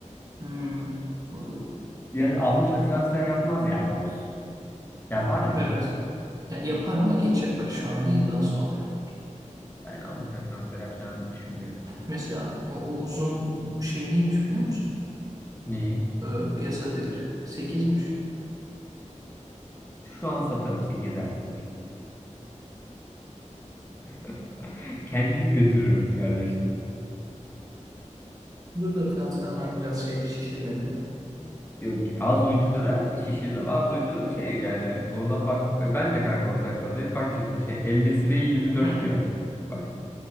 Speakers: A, on the right (about 30°); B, on the left (about 20°).
A: Hmm, anladım.
B: Yani Avrupa transfer yapmaz yani Oz. Yapar mı?
A: Evet. Ya, yapar ama geç yapar. Şu anda illa sonra yapar.
B: Ben Avrupa transfer yapacağını düşünmüyorum yani.
A: Mesela o Oğuz'un şey neymiş biliyor musun?
B: Neyi?
A: Ee, piyasa değeri. sekizmiş.
B: Şu an satarım 8 dersini. <laughs> Kendim götürürüm kardeşim.
A: Zaten transfer var biraz şey şişirmedi mi?
B: Yok ki bazı oyunculara şişirme bazı oyunculara şey yani oradan bak ben de kanka o sayfadayım bak şimdi şey El Nesiri'ye yirmi dört
A: Hı.
B: diyor. Bak